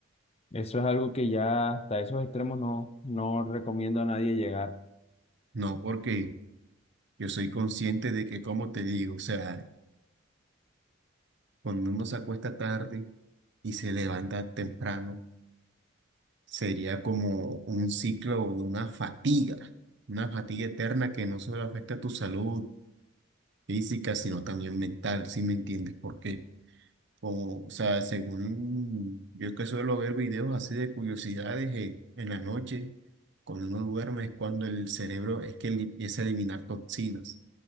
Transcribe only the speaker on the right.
No, porque yo soy consciente de que, como te digo, o sea, cuando uno se acuesta tarde, y se levanta temprano, sería como un ciclo de una fatiga, una fatiga eterna que no solo afecta a tu salud física, sino también mental, si me entiendes? Porque, como, o sea, según yo que suelo ver videos así de curiosidades eh, en la noche, cuando uno duerme es cuando el cerebro es que li- empieza a eliminar toxinas.